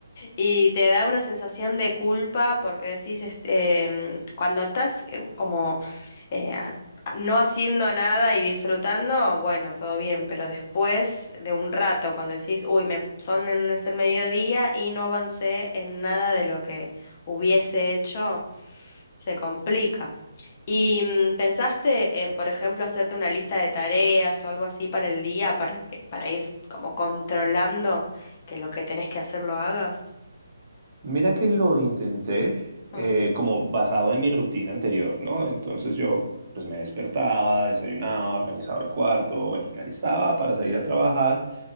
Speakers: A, on the left; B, on the right.
A: y te da una sensación de culpa porque decís, este, em, cuando estás eh, como eh, a- no haciendo nada y disfrutando, bueno, todo bien, pero después de un rato, cuando decís, uy, me son en- es el mediodía y no avancé en nada de lo que hubiese hecho. Se complica. ¿Y mm, pensaste en, por ejemplo, hacerte una lista de tareas o algo así para el día para que, para ir como controlando que lo que tenés que hacer lo hagas?
B: Mira que lo intenté eh,
A: Mm,
B: como basado en mi rutina anterior, ¿no? Entonces yo pues me despertaba, desayunaba, organizaba el cuarto, bueno, me alistaba para salir a trabajar